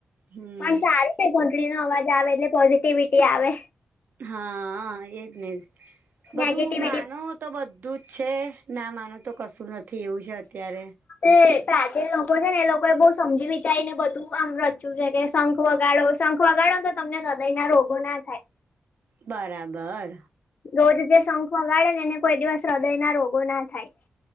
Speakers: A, on the right (about 65°); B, on the left (about 50°).
A: હમ
B: પણ સારું છે કોટળ નો અવાજ આવે એટલે પોઝિટિવિટી આવે.
A: હા એજ ને જ બધું
B: નેગેટિવિટી
A: માનો. તો બધું જ છે ના માનું તો કશું નથી એવું છે અત્યારે.
B: એ પ્રાચીન લોકો છે ને એ લોકો એ બહ સમજી વિચારીને બધું કામ રચ્યું છે કે શંખ વગાડો શંખ વગાડો તો તમને હૃદય ના રોગો ના થાય
A: બરાબર
B: રોજ જે શંખ વગાડે ને એને કોઈ દિવસ હૃદય ના રોગો ના થાય.